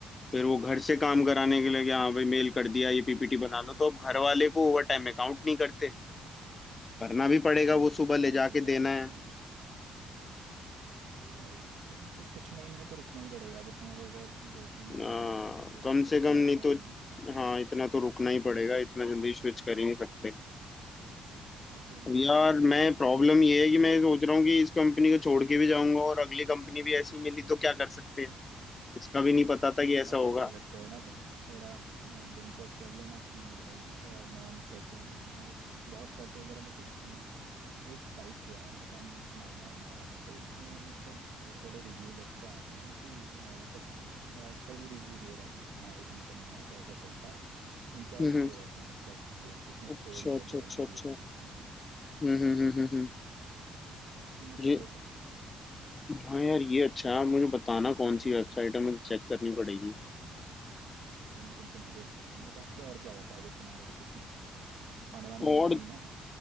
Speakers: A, on the left (about 30°); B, on the right (about 80°).
A: फिर वो घर से काम कराने के लिए कि हाँ भाई मेल कर दिया ये पीपीटी बना लो तो अब घर वाले को ओवर टाइम अकाउंट नहीं करते करना भी पड़ेगा वो
B: मोनोपॉली
A: सुबह ले जाके
B: वगैरह
A: देना
B: कर
A: है
B: रहे हो सही है भाई पर तो कुछ महीने तो रुकना ही पड़ेगा फिर तुम अब अगर दो तीन महीने
A: आ,
B: ही हो रहे हैं तो लगभग
A: कम से कम
B: आठ
A: नहीं
B: नौ
A: तो
B: महीने
A: हाँ इतना तो रुकना ही पड़ेगा इतना जल्दी स्विच कर ही नहीं सकते
B: वो पोजीशन
A: अब यार
B: गया है भाई
A: मैं
B: फिर यहाँ
A: प्रॉब्लम ये है कि मैं सोच रहा हूँ कि इस कंपनी को छोड़ के भी जाऊंगा और अगली कंपनी भी ऐसी मिली तो क्या कर सकते हैं इसका भी नहीं पता था कि
B: सर्च
A: ऐसा होगा
B: कर सकते हो ना तो तुम थोड़ा अ, बिन सर्च कर लेना कि भाई नॉर्म्स कैसे हैं और बहुत सर्च वगैरह में तो अ, एक साइट थी यार पता नहीं नाम याद नहीं आ रहा मेरे को उसमें मतलब अ, थोड़े रिव्यूज अच्छे आते हैं ना कि अ, मतलब स- अ, सही रिव्यू दिए रहते हैं कि हाँ ये कंपनी में ऐसा ऐसा चलता है एम्प्लॉयज
A: हम्म
B: दिए
A: हम्म,
B: रहते हैं मतलब रिव्यूज जिसने छोड़ी
A: अच्छा अच्छा
B: और ज्वाइन
A: अच्छा
B: करी
A: अच्छा
B: होती है रिसेंटली
A: हम्म हम्म हम्म हम्म हम्म।
B: तो उसकी मदद
A: ये
B: ले सकते हो तुम
A: हाँ यार ये अच्छा है मुझे बताना कौन सी वेबसाइट है मुझे चेक करनी पड़ेगी
B: हाँ वो मैं तुमको मैसेज कर दूंगा बाकी और क्या होता है फिर तुम्हारे ऑफिस में आने वाने
A: और
B: का कुछ सीन है